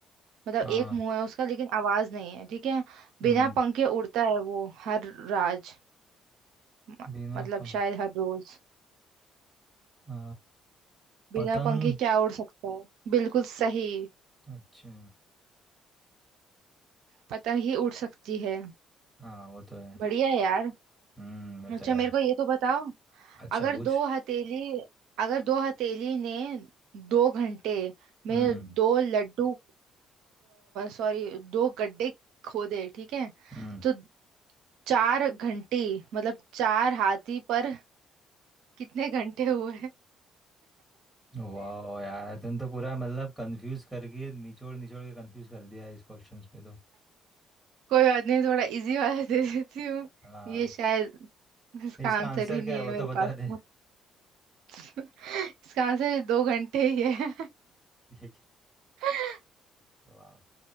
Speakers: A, on the right; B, in the centre.
A: मतलब
B: हाँ
A: एक मुंह है उसका लेकिन आवाज नहीं है ठीक है बिना
B: हम्म
A: पंखे उड़ता है वो हर राज म-
B: बिना
A: मतलब
B: पंख
A: शायद हर रोज
B: आ,
A: बिना
B: पतंग
A: पंखे क्या उड़ सकता है बिल्कुल सही
B: अच्छा
A: पतंग ही उड़ सकती है
B: हाँ वो तो है
A: बढ़िया है यार
B: हम्म वो तो
A: अच्छा
B: है
A: मेरे को ये तो बताओ
B: अच्छा
A: अगर
B: पूछ
A: दो हथेली अगर दो हथेली ने दो घंटे में
B: हम्म
A: दो लड्डू सॉरी दो गड्ढे खोदे ठीक है
B: हम्म
A: तो चार घंटी मतलब चार हाथी पर कितने घंटे हुए <laughs>
B: वाह यार तुम तो पूरा मतलब कंफ्यूज करके निचोड़ निचोड़ के कंफ्यूज कर दिया है इस क्वेश्चंस पे तो
A: कोई बात नहीं थोड़ा इजी वाला दे देती हूँ
B: हाँ
A: ये शायद इसका
B: इसका
A: आंसर
B: आंसर
A: भी नहीं
B: क्या है
A: है
B: वो
A: मेरे
B: तो बता
A: पास
B: दे
A: तो
B: <laughs>
A: <laughs> इसका आंसर दो घंटे ही है
B: ये क्या
A: <laughs>
B: वाह